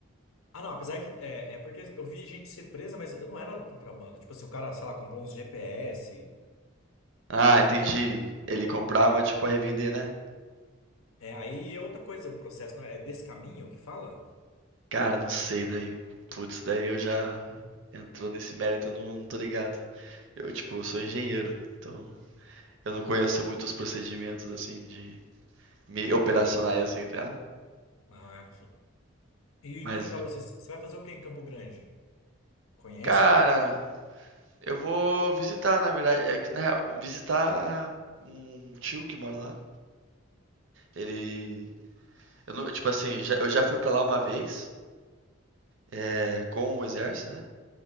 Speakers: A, on the left; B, on the right.
A: Ah, não, apesar que. É, é porque eu vi gente ser presa, mas eu não era contrabando. Tipo assim, o cara, sei lá, comprou uns GPS.
B: Ah,
A: Não...
B: entendi, ele comprava, tipo, a revender, né?
A: É, aí é outra coisa o processo, não é? É descaminho que fala?
B: Cara, não sei daí, putz, daí eu já entrou nesse mérito, eu não não tô ligado. Eu, tipo, eu sou engenheiro, então eu não conheço muito os procedimentos, assim, de me operacionais, assim, tá ligado?
A: Ah, E
B: Mas,
A: perguntar pra você, você vai fazer o que em Campo Grande? Conhece
B: cara,
A: por aqui?
B: Eu vou visitar, na verdade. É que, na real, visitar um tio que mora lá. Ele. Eu não- tipo assim, já- eu já fui pra lá uma vez, é, com o exército, né?